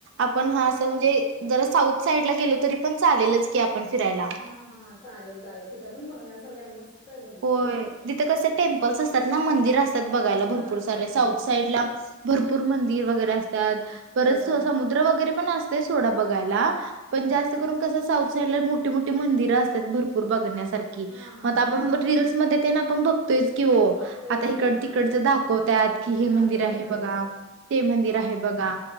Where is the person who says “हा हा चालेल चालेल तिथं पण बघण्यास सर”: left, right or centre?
Left